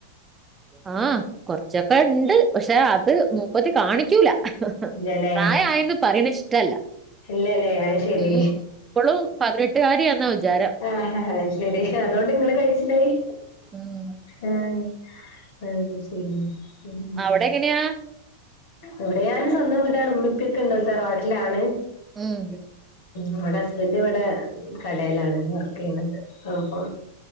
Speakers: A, on the right (about 20°); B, on the left (about 55°).
A: ആഹ് കൊർച്ചൊക്കെണ്ട്. പക്ഷെ അത് നോ മൂപ്പത്തി കാണിക്കൂല
B: ഇല്ലാല്ലേ
A: പ്രായമായെന്ന് പറയണ ഇഷ്ടല്ല
B: ഇല്ലല്ലേ അയ് ശരി
A: ഉം. ഇപ്പോഴും പതിനെട്ടുകാരി എന്നാ വിചാരം
B: ആഹഹ അതോണ്ട് നിങ്ങള് കയിച്ചിലായി
A: ആഹ്
B: ഉം അത് ശരി ഉം
A: അവിടെ എങ്ങനെയാ
B: ഇവിടെ ഞാൻ സ്വന്തം വീടാണ് ഉമ്മിപ്പിയൊക്കെ ഉണ്ട് തറവാട്ടിലാണ്
A: ഉം
B: ഇവിടെ ഹസ്ബൻഡ് ഇവിടെ കടേലാണ് വർക്ക് ചെയ്യുന്നത് അപ്പൊ